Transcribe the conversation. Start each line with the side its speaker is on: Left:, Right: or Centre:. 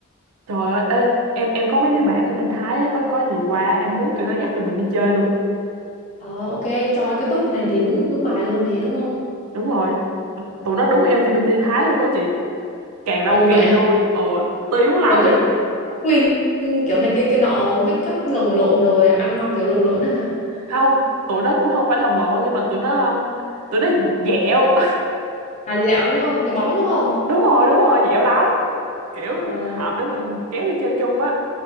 Right: trời ơi ê, em em có mấy đứa bạn ở bên Thái á, có có gì qua em hú tụi nó dắt tụi mình đi chơi luôn
Left: ờ ok Choi cái búp này thì đúng đúng bài luôn nè đúng không
Right: đúng rồi tụi tụi nó đúng LGBT Thái luôn á chị càng đông
Left: ồ
Right: càng
Left: vậy hả
Right: vui ờ tiếu lắm
Left: kiểu kiểu queen kiểu này kia kia nọ make up lồng lộn rồi ăn mặc kiểu lồng lộn á hả
Right: không tụi nó cũng không phải lầm lộn nhưng mà tụi nó um, tụi nó dẹo
Left: à dạo đúng không cái bóng đúng không
Right: đúng rồi đúng rồi dẻo lắm kiểu
Left: Ờ,
Right: hợp để mình kéo đi chơi chung á